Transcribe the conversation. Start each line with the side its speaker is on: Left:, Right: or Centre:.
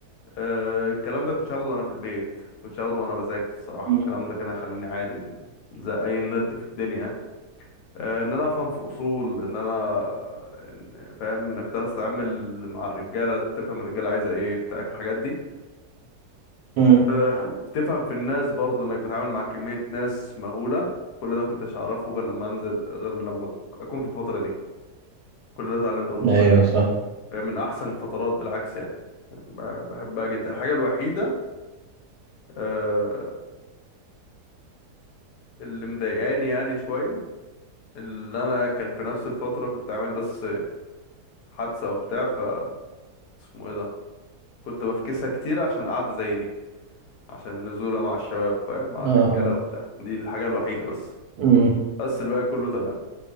Left: أه الكلام ده كنتش هاخده وانا في البيت كنتش هاخده وانا بذاكر الصراحه
Right: مم.
Left: الكلام ده كان هيخليني عادي ال- زي اي نرد في الدنيا يعني. أه ان انا افهم في اصول ان انا إن- فاهم انك تعرف تتعامل مع الرجاله تفهم الرجاله عايزه ايه بتاع الحاجات دي
Right: مم.
Left: أه تفهم في الناس برضو انك بتتعامل مع كميه ناس مهوله كل ده مكنتش هعرفه غير لما انزل غير لما اكون في الفتره دي كل ده اتعلمته من الفتره
Right: ايوه
Left: دي
Right: صح
Left: فاهم، من احسن الفترات بالعكس يعني ب- بحبها جدا الحاجة الوحيدة آه، اللي مضايقاني يعني شوية اللي أنا كان في نفس الفترة كنت عامل بس حادثة وبتاع ف اسمه ايه ده كنت بفكسها كتير عشان قعدة زي دي عشان نزولة مع الشباب فاهم مع
Right: آه.
Left: الرجالة وبتاع دي الحاجة الوحيدة بس
Right: امم
Left: بس الباقي كله تمام